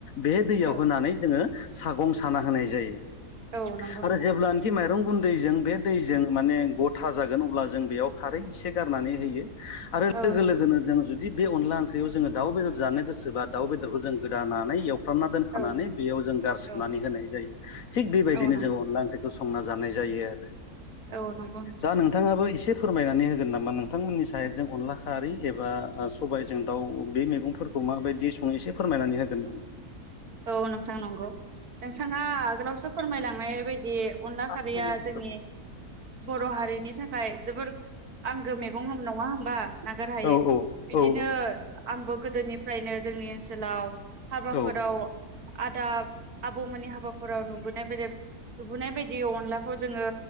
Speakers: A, on the left; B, on the right.
A: बे दैयाव
B: औ
A: होनानै जोङो सागं साना होनाय जायो
B: औ नंगौ नोंथां
A: आरो जेब्लानोखि माइरं गुन दैजों बे दैजों माने गथा जागोन अब्ला जों बेयाव खारै एसे गारनानै होयो आरो
B: औ
A: लोगो
B: नंगौ
A: लोगोनो जों जु दि बे अनला ओंख्रियाव जोङो दाउ बेदर जानो गोसोबा दाउ बेदरखौ जों गोदानानै एव फ्रामना दोनखानानै
B: औ
A: बेयाव जों गारसोबनानै
B: औ
A: होनाय जायो थिग बेबायदिनो
B: औ नंगौ
A: जोङो अनला ओंख्रिखौ संना जानाय जायो जायो आरो
B: औ नंगौ
A: दा नोंथाङाबो एसे फोरमायनानै होगोन नामा नोंथांमोननि साइतजों अनला खारै एबा ओ सबायजों दाउ बे मैगंफोरखौ माबायदि सङो एसे फोरमायनानै होगोन नामा
B: औ नोंथां नंगौ नोंथाङा आगोलावसो फोरमायलांनाय बायदि अनला
A: पास
B: खारैया
A: मिनिट
B: जोंनि
A: औ
B: बर हारिनि थाखाय जोबोर आंगो मैगं नङा होमबा नागारहायै
A: औ
B: बिदिनो
A: औ
B: आंबो गोदोनिफ्रायनो जोंनि ओनसोलाव हाबाफोराव
A: औ
B: आदा आब'मोननि हाबाफोराव नुबोनाय बेदे नुबोनाय बायदि अनलाखौ जोङो